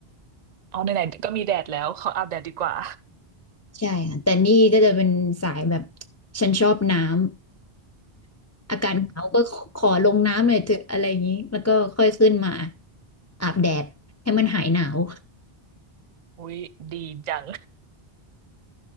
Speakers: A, on the right; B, on the left.
A: เอาไหนๆก็มีแดดแล้วขออาบแดดดีกว่า
B: ใช่ค่ะแต่นี่ก็จะเป็นสายแบบฉันชอบน้ำ <laughs> อากาศหนาวก็ขอลงน้ำหน่อยเถอะอะไรอย่างนี้แล้วก็ค่อยขึ้นมาอาบแดดให้มันหายหนาว
A: อุ้ยดีจัง